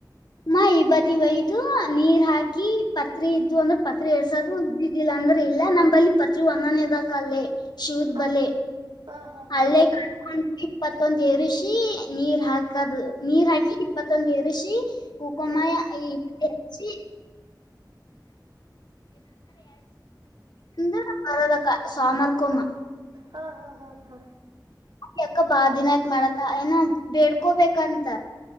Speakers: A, on the left; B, on the right.
A: ಮಾ ಇಬತಿ ಒಯ್ದ ನೀರ್ ಹಾಕಿ ಪತ್ರಿ ಇದ್ದು ಅಂದ್ರೆ ಪತ್ರಿ ಎರ್ಸದು ಇದ್ದಿದ್ದಿಲ್ಲ ಅಂದ ಅಂದ್ರೆ ಇಲ್ಲ ನಂಬಲ್ಲಿ ಪತ್ರಿ ಒಂದನೇದಕ ಅಲ್ಲೇ ಶೂದ್
B: ಹೌದು
A: ಬಲೆ
B: ಹಾ ಹಾ
A: ಹಳ್ಳೆ
B: ಹಾ
A: ಕಕ ಇಪ್ಪತ್ತೊಂದ ಎರುಶಿ ನೀರ್ ಹಾಕದು ನೀರ್ ಹಾಕಿ ಇಪ್ಪತ್ತೊಂದು ಎರೆಸಿ ಉಕಮ್ಮ
B: ಹ್ಮ್
A: ಎಚ್ಚಿ ಹಿಂದ ಬರೋದಕ್ಕ ಸಾಮಾರ್ಕೊಮ್ಮ
B: ಹ್ಮ್ ಹಾ ಹಾ ಹಾ ಹಾ
A: ಅ ಅಕ್ಕ ಬಾ ದಿನ ಆಯ್ತ್ ಮಾಡತ್ತ ಏನೋ ಬೇಡ್ಕೋಬೇಕಂತ